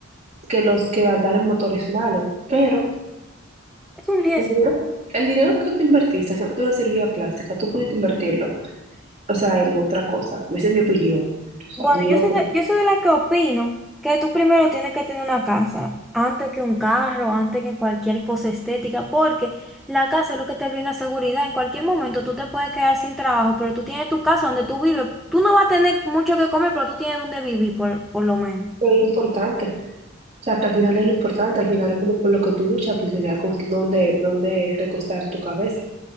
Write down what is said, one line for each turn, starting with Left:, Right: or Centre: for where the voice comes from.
Right: que los que andar en motor es malo, pero
Centre: es un riesgo.
Right: el dinero, el dinero que tú invertiste haciendo una cirugía plástica, tú pudiste invertirlo o sea, en otra cosa. Esa es mi opinión. O sea,
Centre: Bueno,
Right: mi
Centre: yo
Right: opinión
Centre: soy de, yo soy de la que opino que tú primero tienes que tener una casa, antes que un carro, antes que cualquier cosa estética, porque la casa es lo que te brinda seguridad. En cualquier momento tú te puedes quedar sin trabajo, pero tú tienes tu casa donde tú vives. Tú no vas a tener mucho que comer, pero tú tienes donde vivir, por, por lo menos.
Right: es importante. O sea, que al final es lo importante, al final es como por lo que tú luchas, por tener con dónde, dónde recostar tu cabeza.